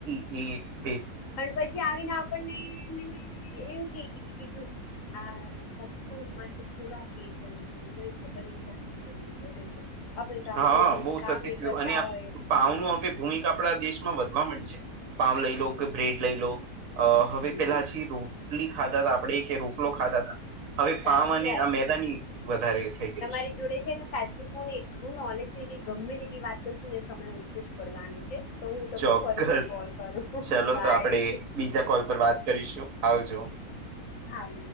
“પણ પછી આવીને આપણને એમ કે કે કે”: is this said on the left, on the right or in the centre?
Left